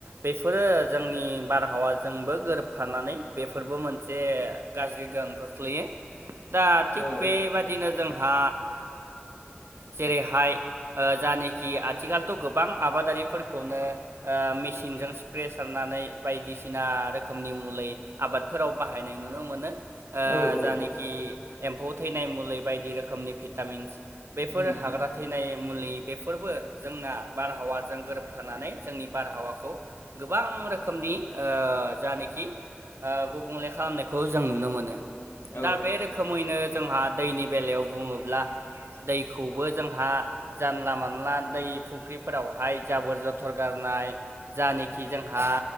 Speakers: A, on the right; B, on the left.
A: बेफोरो जोंनि बारहावाजोंबो गोरोबफानानै बेफोरबो मोनसे गाज्रि गोहोम खोख्लैयो। दा थिग
B: औ
A: बेबादिनो जोंहा जेरैहाय जानखि आथिखालथ' गोबां आबादारिफोरखौनो। मेसिनजों स्प्रे सारनानै बायदिसिना रोखोमनि मलै आबादफोराव बाहायनाय नुनो मोनो। ओ
B: औ औ
A: जानखि एम्फौ थैनाय मुलि बायदि रोखोमनि भिटामिन्स बेफोर
B: उम
A: हाग्रा। थैनाय मुलि बेफोरबो जोंना बारहावाजों गोरोबथानानै जोंनि बारहावाखौ। गोबां रोखोमनि ओ जानेखि गुबुंले खालामनायखौ जों नुनो मोनो।
B: औ
A: दा बे रोखोमैनो जोंहा दैनि बेलायाव बुङोब्ला दैखौबो जोंहा। जानला मोनानला दै फुख्रिफोरावहाय जाबोर जथर गारनाय। जानखि जोंहा